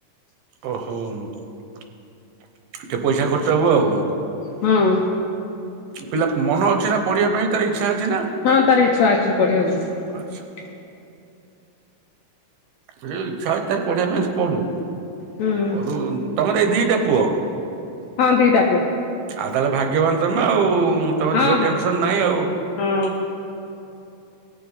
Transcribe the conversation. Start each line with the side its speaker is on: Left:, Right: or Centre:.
Right: ଓହୋ <inaudible> ଟିକେ ପଇସା ଖର୍ଚ୍ଚ ହବ ଆଉ
Left: ହଁ।
Right: ପିଲା ମନ ଅଛି ନା ପଢିବା ପାଇଁ ତାର ଇଚ୍ଛା ଅଛି। ନା?
Left: ହଁ ତାର କି ଛୁଆ ଅଛି ପଢିବାକୁ?
Right: ଆଚ୍ଛା ସେ ଇଚ୍ଛା ଅଛି ତାର ପଢିବା ପାଇଁ ସେ ପଢୁ।
Left: ହୁଁ
Right: ପଢୁ ତମର ଏଇ ଦିଟା? ପୁଅ
Left: ହଁ ଦି ଟା ପୁଅ।
Right: ଆଉ ତାହେଲେ ଭାଗ୍ୟବାନ ତମେ ଆଉ? ମୁଁ ତମ
Left: ହଁ
Right: ଝିଅ
Left: ହଁ
Right: ଟେନସନ ନାହିଁ ଆଉ।
Left: ହଁ